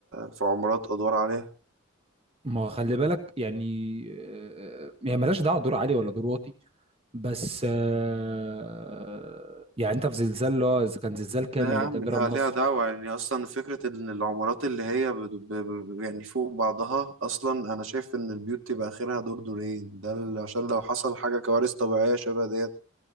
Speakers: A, on the right (about 70°); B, on the right (about 30°).
A: في عمارات ادوار عليها
B: ما هو خلي بالك يعني آه، يعني ملهاش دعوه دور عالي ولا دور واطي بس آه، يعني انت في زلزال اللي هو إذا كان زلزال كامل
A: لا يا
B: اللي
A: عم
B: كان ضرب
A: ليها
B: مصر
A: ليها دعوة يعني اصلا فكرة ان العمارات اللي هي بد- ب... ب... يعني فوق بعضها اصلا انا شايف ان البيوت تبقى اخرها دور دورين ده ال- عشان لو حصل حاجة كوارث طبيعية شبه ديت